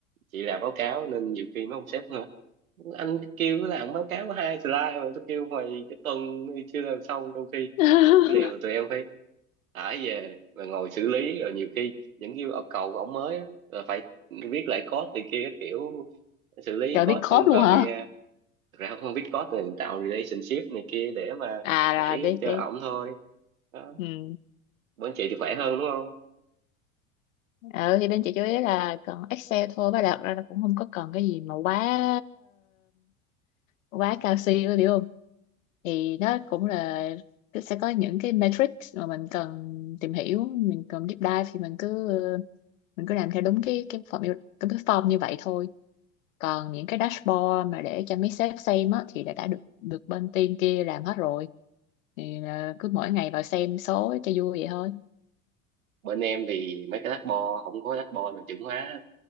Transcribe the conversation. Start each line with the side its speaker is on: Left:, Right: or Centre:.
Right: chị làm báo cáo nên nhiều khi mấy ông sếp nữa anh kêu cứ làm báo cáo có hai slide mà tôi kêu mày cái tuần này chưa làm xong trong khi
Left: <laughs>
Right: dữ liệu tụi em phải thả về rồi ngồi xử lý rồi nhiều khi những yêu cầu của ổng mới á, là phải viết lại code từ kia các kiểu xử lý
Left: trời
Right: code
Left: biết
Right: trên
Left: code luôn
Right: Power
Left: hả
Right: BI ai. Thật ra không biết code thì tạo relationship này kia để mà
Left: à
Right: đẩy
Left: là biết
Right: cho
Left: biết
Right: ổng thôi đó
Left: ừ
Right: bên chị thì khỏe hơn đúng không
Left: ờ thì bên chị chú ý là cần Excel thôi và đặt ra là cũng không có cần cái gì mà quá quá cao siêu rồi, hiểu không thì nó cũng là cái- sẽ có những cái matrix mà mình cần tìm hiểu mình cần deep dive thì mình cứ ờ, mình cứ làm theo đúng cái cái form như- cái form như vậy thôi còn những cái dashboard mà để cho mấy sếp xem á, thì đã, đã được được bên team kia làm hết rồi thì là cứ mỗi ngày vào xem số cho vui vậy thôi
Right: bên em thì mấy cái lát bo không có lát bo là chuẩn hóa hết.